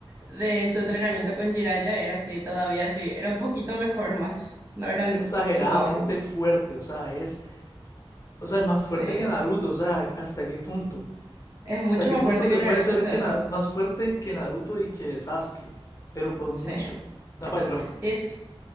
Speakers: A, on the right; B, on the left.
A: de su entrenamiento con Jiraiya era así, todavía así, era un poquito mejor más, no eran
B: Es exageradamente
A: wow.
B: fuerte, o sea, es, o sea, es más fuerte
A: Sí.
B: que Naruto, o sea, ¿hasta qué punto?
A: Es mucho
B: ¿Hasta qué
A: más
B: punto
A: fuerte
B: se
A: que Naruto
B: puede ser
A: a su
B: que
A: edad.
B: na- más fuerte que Naruto y que Sasuke? Pero por mucho.
A: Sí.
B: No me parece lógico.
A: Es,